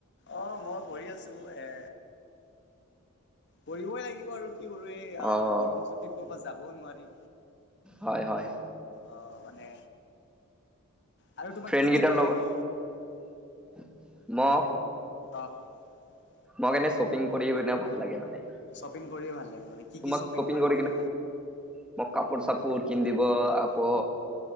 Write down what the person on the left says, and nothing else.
অ, মই কৰি আছো এ, কৰিবই লাগিব আৰু। কি কৰো এই
গৰম চুটীত কৰ'বাত যাবও নোৱাৰি।
আহ মানে আৰু তোমাক
কি
কি ভাল
লাগে
<inaudible>
শপিং কৰি ভাল লাগে।
তোমাক